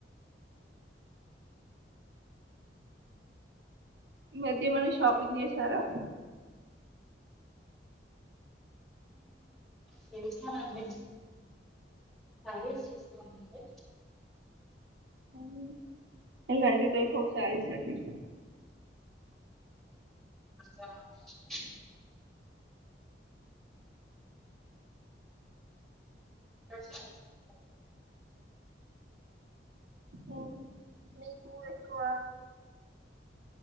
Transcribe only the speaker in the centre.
చేశాం అండి శారీస్ తీసుకోమంటే
నాకు చానా ఇష్టం <inaudible>